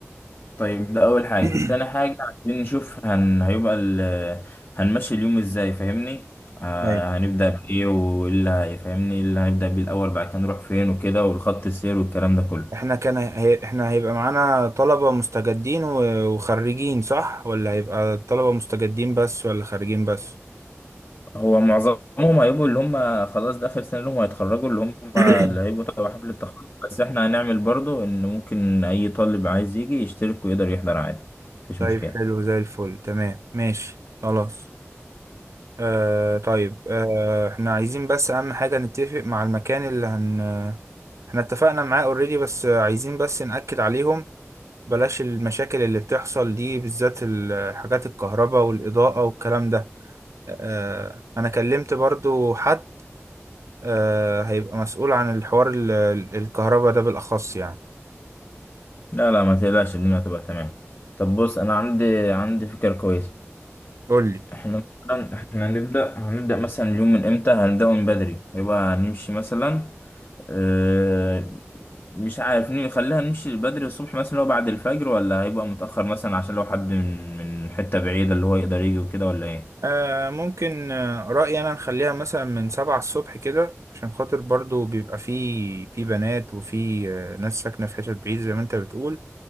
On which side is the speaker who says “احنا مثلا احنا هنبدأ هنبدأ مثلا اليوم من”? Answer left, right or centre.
Left